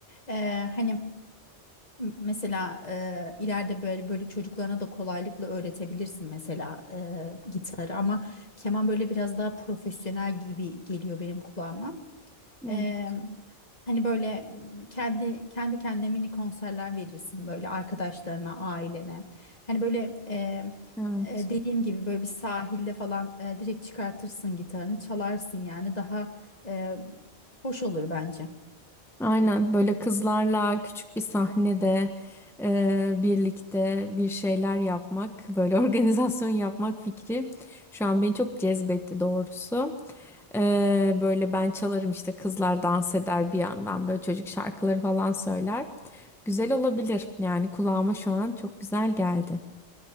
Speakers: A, on the left; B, in the centre.
A: E, hani Mesela e, ileride böyle böyle çocuklarına da kolaylıkla öğretebilirsin mesela e, gitarı ama keman böyle biraz daha profesyonel gibi geliyor benim kulağıma.
B: <laughs>
A: E, hani böyle kendi kendi kendine mini konserler verirsin böyle arkadaşlarına, ailene. Hani böyle e,
B: Evet.
A: e, dediğim gibi böyle bir sahilde falan e, direkt çıkartırsın gitarını, çalarsın yani daha e, hoş olur bence.
B: Aynen böyle kızlarla küçük bir sahnede e, birlikte bir şeyler yapmak, böyle <laughs> organizasyon yapmak fikri şu an beni çok cezbetti doğrusu. E, böyle ben çalarım işte kızlar dans eder bir yandan böyle çocuk şarkıları falan söyler. Güzel olabilir yani kulağıma şu an çok güzel geldi.